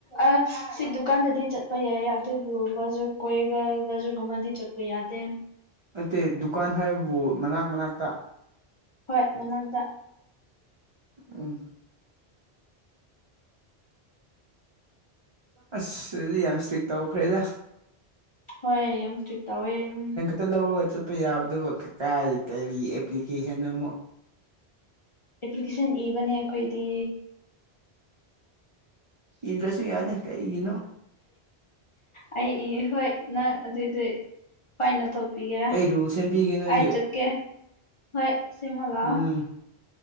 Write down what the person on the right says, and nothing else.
ꯅꯠꯇꯦ ꯗꯨꯀꯥꯟ ꯍꯥꯏꯕꯨ ꯃꯅꯥꯛ ꯃꯅꯥꯛꯇ
ꯎꯝ ꯑꯁ ꯑꯗꯨꯗꯤ ꯌꯥꯝ ꯁ꯭ꯇ꯭ꯔꯤꯛ ꯇꯧꯈ꯭ꯔꯦꯗ
ꯇ ꯂꯧꯔꯒ ꯆꯠꯄ ꯌꯥꯕꯗꯨꯕꯨ ꯀꯀꯥꯏ ꯀꯂꯤ ꯑꯦꯄ꯭ꯂꯤꯀꯦꯁꯟ ꯑꯃꯨꯛ
ꯏꯗ꯭ꯔꯁꯨ ꯌꯥꯏꯗ ꯀꯩꯒꯤꯅꯣ
ꯑꯩ ꯔꯨꯜ ꯁꯦꯝꯕꯤꯒꯦ ꯅꯣꯏꯒꯤ
ꯎꯝ